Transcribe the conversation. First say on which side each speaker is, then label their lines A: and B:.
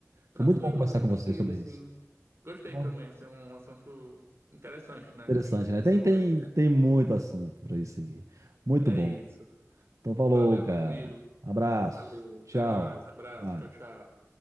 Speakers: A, on the right; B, on the right.
A: Tranquilo,
B: Foi muito bom conversar
A: irmão, tranquilo,
B: com você sobre
A: assim.
B: isso.
A: Gostei
B: Ó,
A: também, assim, um assunto interessante, né,
B: interessante,
A: de
B: né?
A: desenvolver.
B: Tem, tem, tem muito assunto pra isso aqui. Muito
A: É
B: bom.
A: isso.
B: Então, falou,
A: Valeu,
B: cara.
A: meu amigo.
B: Abraço.
A: Valeu. Até
B: Tchau.
A: mais. Abraço.
B: Vai.
A: Tchau, tchau.